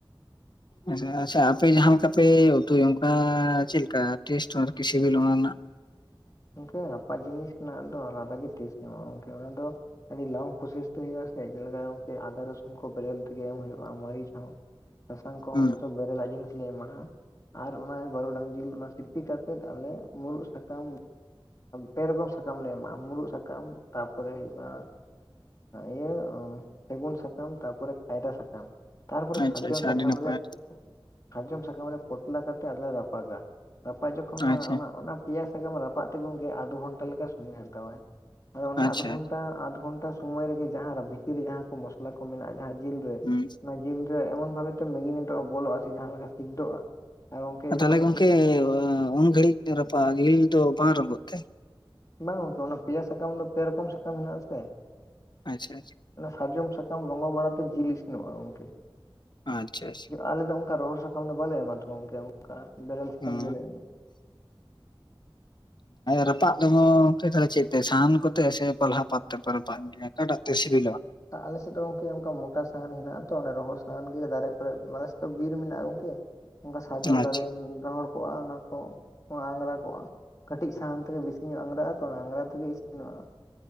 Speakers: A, on the left; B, on the left.
A: ᱟᱪ ᱟᱪᱪᱷᱟ ᱟᱯᱮ ᱡᱟᱦᱟᱸ ᱞᱮᱠᱟ ᱯᱮ ᱩᱛᱩᱭᱟ ᱚᱱᱠᱟ ᱪᱮᱫ ᱞᱮᱠᱟ ᱴᱮᱥᱴ ᱟᱨᱠᱤ ᱥᱤᱵᱤᱞ ᱚᱱᱟ ᱨᱮᱱᱟᱜ
B: ᱜᱚᱢᱠᱮ ᱨᱟᱯᱟᱜ ᱡᱤᱱᱤᱥ ᱨᱮᱱᱟᱜ ᱫᱚ ᱟᱞᱟᱫᱟ ᱜᱮ ᱴᱮᱥᱴ ᱧᱟᱢᱚᱜᱼᱟ ᱜᱚᱢᱠᱮ ᱚᱱᱟ ᱫᱚ ᱟᱹᱰᱤ ᱞᱚᱝ ᱯᱨᱚᱥᱮᱥ ᱛᱮ ᱦᱳᱭᱳᱼᱟ ᱥᱮ ᱪᱮᱫᱞᱮᱠᱟ ᱜᱚᱢᱠᱮ ᱟᱫᱟ ᱨᱟᱹᱥᱩᱱ ᱠᱚ ᱵᱮᱨᱚᱞ ᱛᱮᱜᱮ ᱮᱢ ᱦᱩᱭᱩᱜᱼᱟ ᱢᱟᱨᱤᱪ ᱦᱚᱸ ᱥᱟᱥᱟᱝ ᱠᱚᱦᱚᱸ
A: ᱦᱩᱸ
B: ᱡᱚᱛᱚ ᱵᱮᱨᱮᱞ ᱡᱤᱱᱤᱥ ᱞᱮ ᱮᱢᱟᱜᱼᱟ ᱟᱨ ᱚᱱᱟ ᱵᱟᱹᱨᱰᱟᱝ ᱡᱤᱞ ᱚᱱᱟ ᱥᱤᱯᱤ ᱠᱟ ᱠᱟᱛᱮ <inaudible> ᱟᱞᱮ ᱢᱩᱨᱩᱫ ᱥᱟᱠᱟᱢ ᱯᱮ ᱨᱚᱠᱚᱢ ᱥᱟᱠᱟᱢ ᱞᱮ ᱮᱢᱟᱜ ᱢᱩᱨᱩᱫ ᱥᱟᱠᱟᱢ ᱛᱟᱨᱯᱚᱨᱮ ᱦᱩᱭᱩᱜᱼᱟ ᱤᱭᱟᱹ ᱥᱮᱜᱩᱱ ᱥᱟᱠᱟᱢ ᱛᱟᱨᱯᱚᱨᱮ ᱠᱟᱭᱨᱟ ᱥᱟᱠᱟᱢ ᱛᱟᱨᱯᱚᱨᱮ
A: ᱟᱪᱪᱷᱟ
B: ᱥᱟᱨᱡᱚᱢ
A: ᱟᱪᱪᱷᱟ
B: ᱥᱟᱠᱟᱢ
A: ᱟᱹᱰᱤ ᱱᱟᱯᱟᱭ
B: ᱨᱮ ᱥᱟᱨᱡᱚᱢ ᱥᱟᱠᱟᱢ ᱨᱮ ᱯᱚᱴᱱᱟ ᱠᱟᱛᱮᱜ ᱟᱞᱮ ᱞᱮ ᱨᱟᱯᱟᱜᱟ ᱨᱟᱯᱟᱜ ᱡᱚᱠᱷᱚᱱ
A: ᱟᱪᱪᱷᱟ
B: ᱚᱱᱟ ᱯᱮᱭᱟ ᱥᱟᱠᱟᱢ ᱨᱟᱯᱟᱜ ᱛᱮ ᱜᱚᱢᱠᱮ ᱟᱫᱷᱚ ᱜᱷᱚᱱᱴᱟ ᱞᱮᱠᱟ ᱥᱚᱢᱚᱭᱮ ᱦᱟᱛᱟᱣᱟᱭ ᱟᱫᱚ ᱚᱱᱟ
A: ᱟᱪᱪᱷᱟ
B: ᱟᱫᱷᱚ ᱜᱷᱚᱱᱴᱟ ᱟᱫᱷᱚ ᱜᱷᱚᱱᱴᱟ ᱥᱚᱢᱚᱭ ᱨᱮᱜᱮ ᱡᱟᱦᱟᱸ ᱵᱷᱤᱛᱤᱨ ᱨᱮ ᱡᱟᱦᱟᱸ ᱠᱚ ᱢᱚᱥᱚᱞᱟ ᱠᱚ ᱢᱮᱱᱟᱜᱼᱟ ᱡᱟᱦᱟᱸ ᱡᱤᱞ ᱨᱮ
A: ᱦᱩᱸ
B: ᱚᱱᱟ ᱡᱤᱞ ᱥᱮ ᱮᱢᱚᱱ ᱵᱷᱟᱵᱮ ᱛᱮ ᱢᱮᱜᱤ ᱢᱤᱫᱴᱟᱝ ᱵᱚᱞᱚᱜᱼᱟ ᱥᱮ ᱡᱟᱦᱟᱸ ᱞᱮᱠᱟ ᱥᱤᱫᱽᱫᱚᱜᱼᱟ ᱟᱨ ᱜᱚᱝᱠᱮ ᱡᱚᱠᱷᱚᱱ
A: ᱛᱟᱦᱚᱞᱮ ᱜᱚᱝᱠᱮ ᱩᱱ ᱜᱷᱟᱹᱲᱤᱡ ᱨᱟᱯᱟᱜ ᱡᱤᱞ ᱫᱚ ᱵᱟᱝ ᱨᱚᱸᱜᱚᱜ ᱛᱮ
B: ᱵᱟᱝ ᱜᱚᱝᱠᱮ ᱚᱱᱟ ᱯᱮᱭᱟ ᱥᱟᱠᱟᱢ ᱫᱚ ᱯᱮ ᱨᱚᱠᱚᱢ ᱥᱟᱠᱟᱢ ᱢᱮᱱᱟᱜ ᱟᱥᱮ
A: ᱟᱪᱪᱷᱟ ᱟᱪᱪᱷᱟ
B: ᱨᱟᱡᱚᱢ ᱨᱚᱝᱜᱚ ᱵᱟᱲᱟᱛᱮ ᱡᱤᱞ ᱤᱥᱤᱱᱚᱜᱼᱟ ᱜᱚᱝᱠᱮ
A: ᱟᱪᱪᱷᱟ ᱟᱪᱪᱷᱟ
B: ᱟᱞᱮ ᱫᱚ ᱚᱱᱠᱟ ᱨᱚᱦᱚᱲ ᱥᱟᱠᱟᱢ <inaudible> ᱵᱟᱞᱮ ᱚᱱᱠᱟ ᱵᱮᱨᱮᱮᱞ
A: ᱦᱩᱸ
B: ᱥᱟᱠᱟᱢ ᱜᱮᱞᱮ ᱮᱢᱼᱟ
A: ᱨᱟᱯᱟᱜ ᱫᱩᱣᱟᱹ ᱜᱚᱢᱠᱮ ᱪᱮᱫ ᱠᱚᱛᱮ ᱥᱟᱦᱟᱱ ᱠᱚᱛᱮ ᱥᱮ ᱯᱟᱞᱦᱟ ᱯᱟᱛ ᱛᱟᱨ ᱯᱚᱨᱮ ᱨᱟᱯᱟᱜ ᱚᱠᱟᱴᱟᱜ ᱛᱮ ᱥᱤᱵᱤᱞᱼᱟ
B: ᱟᱞᱮᱥᱮᱫ ᱫᱚ ᱜᱚᱝᱠᱮ ᱚᱝᱠᱟ ᱢᱳᱴᱟ ᱥᱟᱦᱟᱱ ᱦᱮᱱᱟᱜᱼᱟ ᱛᱚ ᱚᱱᱟ ᱨᱚᱦᱚᱲ ᱥᱟᱦᱟᱱ ᱜᱮ ᱫᱟᱨᱮ ᱠᱚᱨᱮ ᱢᱟᱱᱮ ᱥᱮᱫ ᱫᱚ ᱵᱤᱨ ᱢᱮᱱᱟᱜᱼᱟ ᱜᱚᱝᱠᱮ ᱥᱟᱨᱡᱚᱢ
A: ᱟᱪᱪᱷᱟ
B: ᱫᱟᱨᱮ ᱨᱚᱦᱚᱲ ᱠᱚᱜᱼᱟ ᱚᱱᱟ ᱠᱚ ᱟᱝᱜᱽᱨᱟ ᱠᱚᱜᱼᱟ ᱠᱟᱹᱴᱤᱡ ᱥᱟᱦᱟᱱ ᱛᱮᱜᱮ ᱵᱮᱥᱤ ᱧᱚᱜ ᱟᱝᱜᱽᱨᱟᱜᱼᱟ ᱛᱚ ᱚᱱᱟ ᱟᱝᱜᱽᱨᱟ ᱛᱮᱜᱮ ᱤᱥᱤᱱᱚᱜᱼᱟ